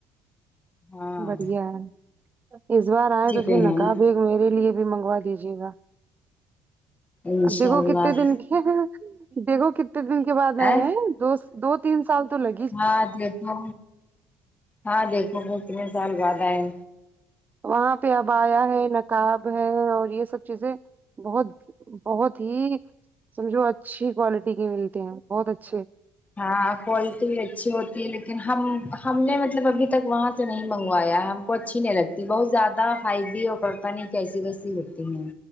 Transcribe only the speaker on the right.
بڑھیا ہے اس بار
آئے تو
پھر
نقاب میرے لیے بھی منگوا دیجیے گا
اب دیکھو
کتنے دن کی دیکھو کتنے دن کے بعد آئے
ہیں دو س دو تین سال تو لگے
وہاں پہ اب آیا ہے نقاب بہے اور یہ سب چیزیں بہت بہت ہی سمجھو اچھی کولٹی کے ملتے ہیں بہت اچھے